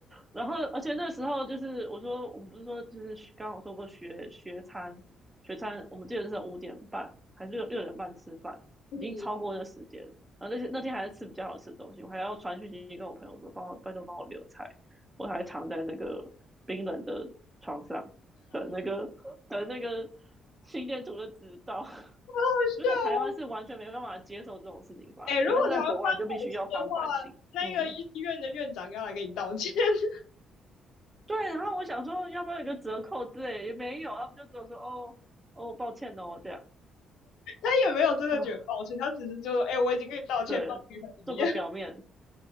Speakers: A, on the right; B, on the left.
A: 然后，而且那时候就是我说，我们不是说就是刚刚我说过学学餐，学餐我们记得那时候五点半还是六六点半吃饭，
B: <laughs> 嗯
A: 已经超过那时间。然后那些那天还是吃比较好吃的东西，我还要传讯息跟我朋友说，帮我拜托帮我留菜，我还躺在那个冰冷的床上等那个等那个心电图的指导。<laughs>
B: 好好笑哦。
A: 就在台湾是完全没办法接受这种事情发生，
B: 哎、欸如果台湾发生这种事的话，
A: 但是在国外你就必须要放宽心，
B: 那个医院的院长要来给你道歉，
A: 嗯。
B: <laughs>
A: 对，然后我想说要不要有一个折扣之类，也没有，他们就只有说哦哦，抱歉哦这样
B: 他也没有真的觉得抱歉，
A: 啊，
B: 他只是就说，哎、欸我已经跟你道歉，
A: 对，
B: 抱歉，他怎么样？
A: 做个表面